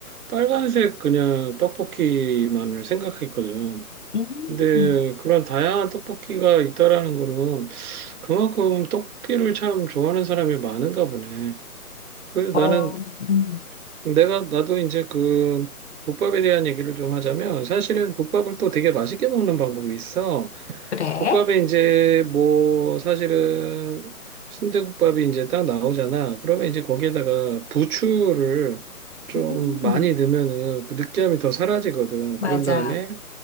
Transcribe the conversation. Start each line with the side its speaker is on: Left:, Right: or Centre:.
Right: 빨간색 그냥 떡볶이만을 생각했거든.
Left: 음.
Right: 근데 그런 다양한 떡볶이가 있다라는 거는 그만큼 떡볶이를 참 좋아하는 사람이 많은가 보네. 그 나는
Left: 어, 음.
Right: 내가 나도 이제 그 국밥에 대한 얘기를 좀 하자면 사실은 국밥을 또 되게 맛있게 먹는 방법이 있어.
Left: 그래?
Right: 국밥에 이제 뭐 사실은 순대국밥이 이제 딱 나오잖아. 그러면 이제 거기에다가 부추를 좀
Left: 음.
Right: 많이 넣으면은 그 느끼함이 더 사라지거든.
Left: 맞아.
Right: 그런 다음에